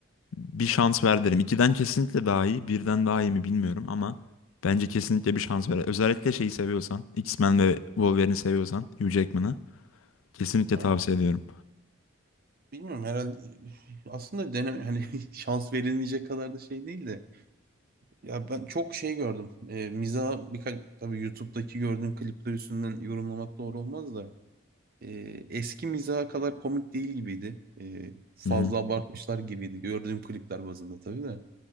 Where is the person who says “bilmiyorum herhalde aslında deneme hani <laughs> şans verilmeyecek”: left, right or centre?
Right